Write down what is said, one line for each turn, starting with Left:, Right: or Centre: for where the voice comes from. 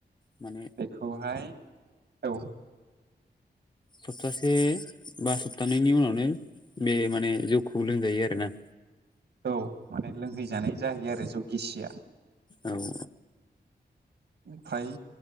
Left: माने
Right: बेखौहाय औ
Left: सप्तासे बा सप्तानैनि उनावनो बे माने जौखौ लोंजायो आरोना
Right: औ माने लोंहैजानाय जाहैयो आरो जौ गिसिया
Left: औ ओं
Right: ओमफ्राय